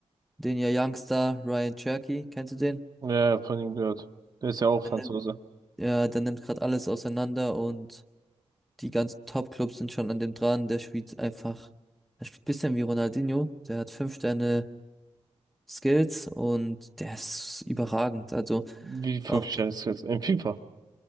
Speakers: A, in the centre; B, on the right.
A: den ihr Youngster Ryan Cherky. Kennst du den?
B: Ja, ja, von ihm gehört. Der ist ja auch
A: Der
B: Franzose.
A: nimmt, ja, der nimmt gerade alles auseinander und die ganzen Top-Clubs sind schon an dem dran. Der spielt einfach, er spielt ein bisschen wie Ronaldinho. Der hat fünf Sterne Skills und der ist überragend. Also
B: Wie fünf
A: auch
B: Sterne ist jetzt in FIFA.